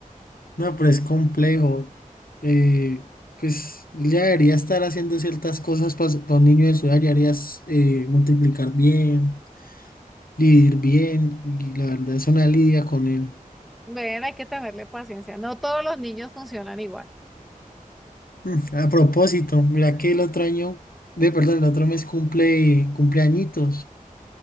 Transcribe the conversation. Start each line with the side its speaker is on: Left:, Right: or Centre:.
Left: No, pero es complejo. Eh, pues él ya debería estar haciendo ciertas cosas para, un niño de su edad, ya deberías eh, multiplicar bien, dividir bien, y la verdad es una lidia con él.
Centre: Ven, hay que tenerle paciencia. No todos los niños funcionan igual.
Left: Mm, A propósito, mira que el otro año, de perdón, el otro mes cumple cumpleañitos,